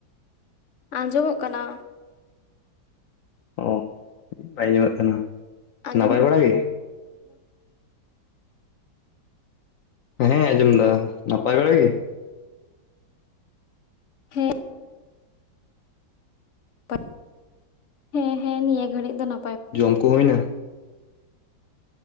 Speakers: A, on the left; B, on the left.
A: ᱟᱸᱡᱚᱢᱚᱜ ᱠᱟᱱᱟ᱾
B: ᱚ ᱵᱟᱭ ᱟᱸᱡᱚᱢᱮᱫ ᱠᱟᱱᱟ
A: ᱟᱸᱡᱚᱢ
B: ᱱᱟᱯᱟᱭ ᱵᱟᱲᱟ ᱜᱮ᱾ ᱦᱮᱸ ᱟᱡᱸᱡᱚᱢ ᱮᱫᱟ ᱱᱟᱯᱟᱭ ᱵᱟᱲᱟ ᱜᱮ᱾
A: ᱦᱮᱸ <unintelligible> ᱦᱮᱸ ᱦᱮᱸ ᱱᱤᱭᱟᱹ ᱜᱷᱟᱹᱲᱤᱡ ᱫᱚ ᱱᱟ
B: ᱡᱚᱢ ᱠᱩ ᱦᱩᱭᱱᱟ?